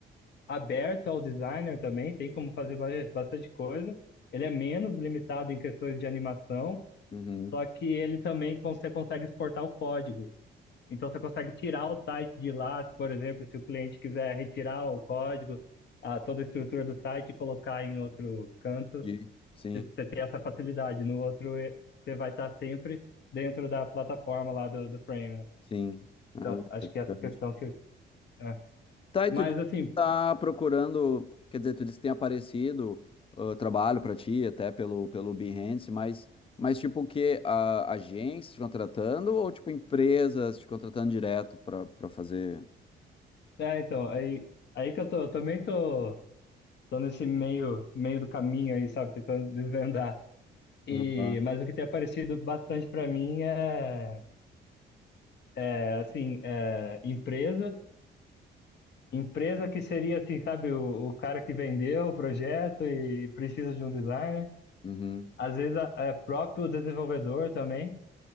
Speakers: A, on the left; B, on the left.
A: aberto ao designer também, tem como fazer ba- bastante coisa. Ele é menos limitado em questões de animação,
B: Uhum.
A: só que ele também con- você consegue exportar o código. Então você consegue tirar o site de lá, se, por exemplo, se o cliente quiser retirar o código, a, toda a estrutura do site e colocar em outro canto,
B: E- Sim,
A: você você tem essa facilidade. No outro, eh, você vai estar sempre dentro da plataforma lá do, do Frame, né?
B: sim. Ah,
A: Então, acho
B: interessante.
A: que essa questão que. é.
B: Tá, e
A: Mas
B: tu disse
A: assim,
B: que tá procurando, quer dizer, tu disse que tem aparecido ah, trabalho pra ti, até pelo, pelo Behance, mas, mas tipo o quê? A, agência te contratando ou tipo empresas te contratando direto pra, pra fazer?
A: é, então, aí, aí que eu tô, eu também tô, tô nesse meio, meio do caminho aí, sabe, tentando desvendar. E,
B: Uhum.
A: mas o que tem aparecido bastante para mim é, é assim, é, empresa Empresa que seria assim, sabe, o, o cara que vendeu o projeto e precisa de um designer.
B: Uhum.
A: Às vezes a- é próprio desenvolvedor também,